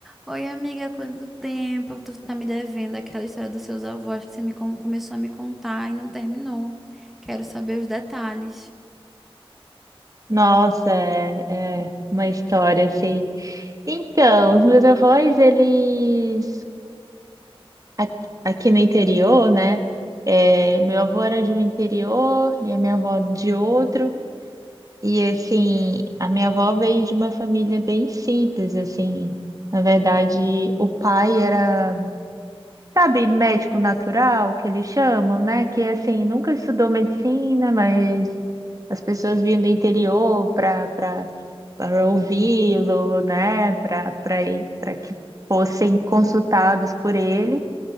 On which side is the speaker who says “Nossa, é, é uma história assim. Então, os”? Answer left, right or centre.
Right